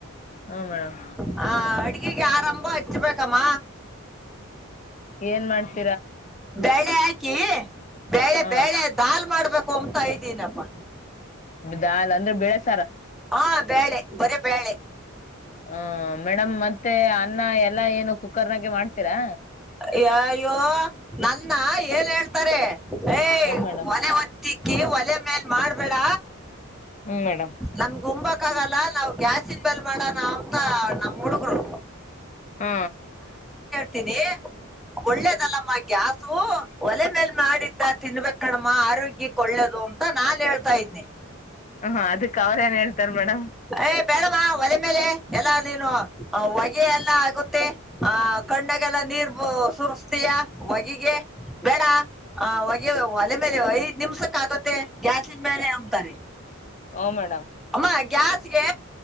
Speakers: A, on the left; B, in the centre.
A: ಹಾ ಮೇಡಮ್
B: ಹ ಅಡ್ಗೆಗೆ ಆರಂಭ ಹಚ್ಬೇಕಮ್ಮ.
A: ಏನ್ ಮಾಡ್ತ.
B: ಬೇಳೆ ಹಾಕಿ ಬೇಳೆ
A: ಹ
B: ಬೇಳೆ ದಾಲ್ ಮಾಡ್ಬೇಕ. ಕೋಂ ಅಂತ ಇದಿನಪ್ಪ.
A: ದಾಲ್ ಅಂದ್ರೆ ಬೆಳೆ ಸಾ.
B: ಹಾ ಬ್ಯಾಳೆ ಬರಿ ಬೇಳೆ
A: ಹ್ಮ್ ಮೇಡಮ್ ಮತ್ತೆ ಅನ್ನ ಎಲ್ಲಾ ಏನು ಕುಕ್ಕರ್ ನಾಗೇ ಮಾಡ್ತೀರಾ.
B: ಹೇ ಅಯ್ಯೋ ನನ್ನ ಏನ್ ಹೇಳ್ತಾರೆ. ಹೇ
A: ಹ ಮೇಡಮ್
B: ಒಲೆ ಹೊತ್ತಿಕ್ಕಿ ಓಲೆ ಮೇಲ್ ಮಾಡ್. ಬೇಡ
A: ಹ್ಮ್ ಮೇಡಮ್
B: ನಮಗ್ ಉಂಬಕ್ ಆಗಲ್ಲ ನಾವ್ ಗ್ಯಾಸ್ ಇನ್ ಮೇಲ್ ಮಾಡಣ. ನಮ್ಮ್ ಹುಡುಗರು.
A: ಹ್ಮ್
B: ತಿನ್ನಿ ಒಳ್ಳೇದಲ್ಲಮ್ಮ ಗ್ಯಾಸ್. ತು ಓಲೇ ಮೇಲ್ ಮಾಡಿದ್ದ ತಿನ್ಬೇಕ್ ಕಣಮ್ಮ ಆರೋಗ್ಯ ಒಳ್ಳೇದು ಅಂತ ನಾನ್ ಹೇಳ್ತಾ ಇದನಿ.
A: ಹ ಹ ಅದಕ್ ಅವ್ರ ಏನ್ ಹೇಳ್. ತರ್ ಮೇಡಂ
B: ಏ ಬೇಡಮ್ಮ ಓಲೇ ಮೇಲೆ ಎಲ್ಲ ನೀನು ಹೊಗೆ ಎಲ್ಲ ಆಗುತ್ತೆ ಆ ಕಣ್ಣ್. ಲ್ಲ ನೀರ್ ಬು ಸುರ್ ಯ ಹೊಗೆಗೆ ಬೇಡ ಆ ಹೊಗೆ ಒಲೆ ಮೇಲೆ ಐದ್ ನಿಮ್ಷಕ್ಕೆ ಆಗತ್ತೆ ಗ್ಯಾಸಿನ ಮೇಲೆ ಅಂಥರೇ
A: ಹ್ಮ್ ಮೇಡಮ್
B: ಅಮ್ಮ ಗ್ಯಾಸ್ ಗೆ.